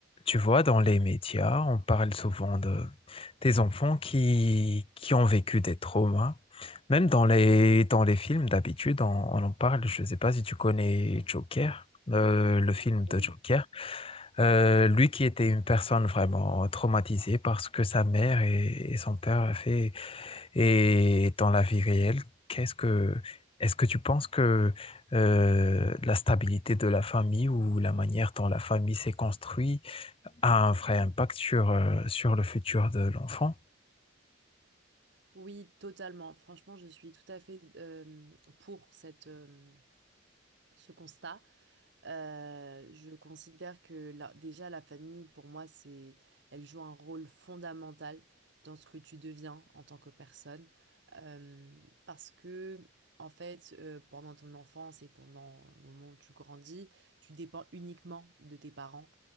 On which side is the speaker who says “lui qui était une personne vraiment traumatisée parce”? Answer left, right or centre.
Left